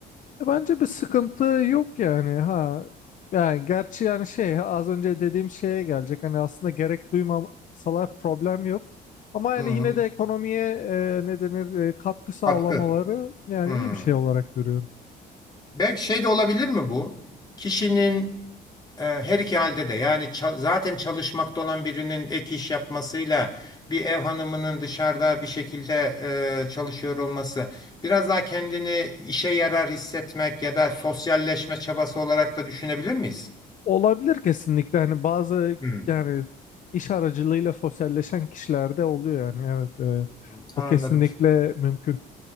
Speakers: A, on the left (about 50°); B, on the left (about 25°).
A: E, Bence bir sıkıntı yok yani ha. Yani gerçi yani şey az önce dediğim şeye gelecek. Hani aslında gerek duymasalar problem yok. Ama yani
B: Hmm,
A: yine de ekonomiye e, ne denir e, katkı sağlamaları
B: katkı.
A: yani
B: Hmm.
A: iyi bir şey olarak görüyorum.
B: Belki şey de olabilir mi bu? Kişinin e, her iki halde de yani çal- zaten çalışmakta olan birinin ek iş yapmasıyla bir ev hanımının dışarıda bir şekilde e, çalışıyor olması biraz daha kendini işe yarar hissetmek ya da sosyalleşme çabası olarak da düşünebilir miyiz?
A: Olabilir kesinlikle hani bazı
B: Hmm.
A: yani iş aracılığıyla sosyalleşen kişilerde oluyor yani evet e,
B: Hmm, Anladım.
A: o kesinlikle mümkün.